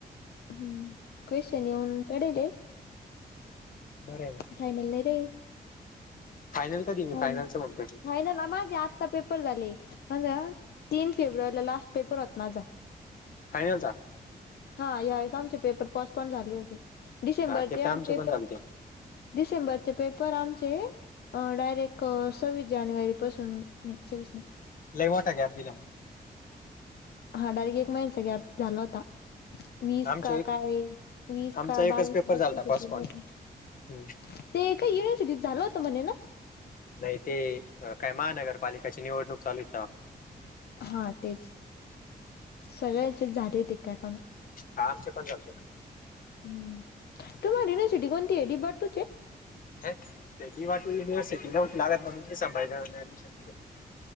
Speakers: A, on the left; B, on the left.
A: हम्म क्वेशन येऊन पडे ये.
B: बरहे मग.
A: फायनल नाही रे
B: फायनल कधी मी
A: आयला
B: फायनलचं म्हणतोय.
A: फायनल आ हे माझी आज. ता पेपर झाले म्माझा तीन फेब्रुवारीला लास्ट पेपर होत माझा.
B: फायनल झा.
A: हा या वेेळेस आमचे पेपर पॉस्ट पॉड झाले होते डिसेंबरचे
B: हा ते तर आमचे
A: पेपर.
B: पण झालते.
A: डिसेंबरचे पेपर आमचे. डायरेक्ट सव्वीस जानेवारी पासून नाही सव्वीस नाही.
B: लई मोठा गॅप दिला.
A: हाडायरेक एक महिण्याचा गॅप झाला होता. वीस
B: आमचे
A: का
B: एक
A: काय वीस
B: आमचा
A: का
B: एकच
A: बावीस
B: पेपर
A: काय.
B: झालता पोस्टपोंड. हम्म.
A: ते काय युनसिटी झालं होतं म्हणे ना.
B: नाही ते काय महानगरपालिकेची निवडणूक चालू होती तवा.
A: हा तेच सगळ्याचे झाले होते काय कानु.
B: हा आमचे पण झालते.
A: हम्म तुम्हाला युनिव्हर्सिटी कोणती आहे डी बटूची हे.
B: ह तेी युिव्हर्सिटी नव्हती लागत म्हणूनी ऍडमिशन नाही घेतल.